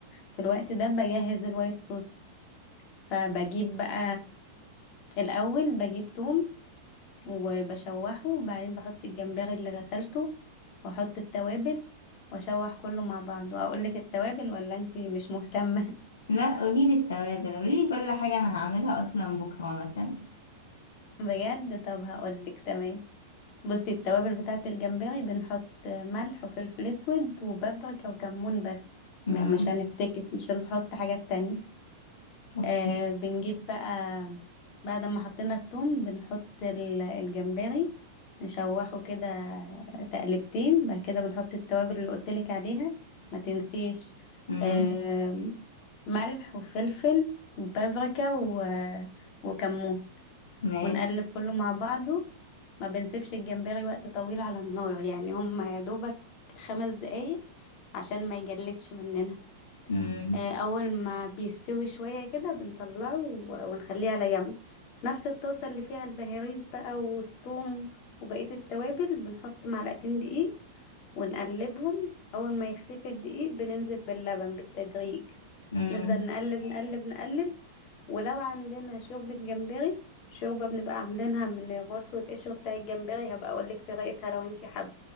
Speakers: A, on the left; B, on the left.
A: في الوقت ده بجهز الوايت صوص فبجيب بقى الاول بجيب توم وبشوحه وبعدين بحط الجمبري اللي غسلته واحط التوابل واشوح كله مع بعض واقول لك التوابل ولا انتي مش مهتمه
B: لا قوليلي التوابل قوليلي كل حاجة أنا هعملها أصلا بكرة مثلا
A: <laughs> بجد طب هقول لك تمام بصي التوابل بتاعه الجمبري بنحط ملح وفلفل اسود وبابريكا وكمون بس
B: امم
A: م- مش هنفتكس مش هنحط حاجات تانية
B: اوكي
A: آه بنجيب بقى بعد ما حطينا الثوم بنحط ال- الجمبري نشوحه كده تقلبتين بعد كده بنحط التوابل اللي قلتلك عليها ما تنسيش
B: امم
A: آه ملح وفلفل وبابريكا و... وكمون
B: ماشي
A: ونقلب كله مع بعضه ما بنسيبش الجمبري وقت طويل على النار يعني هم يا دوبك خمس دقايق عشان ما يجلدش مننا
B: امم
A: آه، اول ما بيستوي شوية كده بنطلعه و- ونخليه على جنب في نفس الطاسة اللي فيها البهاريز بقى والثوم وبقية التوابل بنحط معلقتين دقيق ونقلبهم اول ما يختفي الدقيق بننزل باللبن بالتدريج
B: امم
A: نفضل نقلب نقلب نقلب ولو عندنا شوربة جمبري شوربة بنبقى عاملينها من الراس والقشر بتاع الجمبري هبقى اقولك طريقتها لو انتي حابة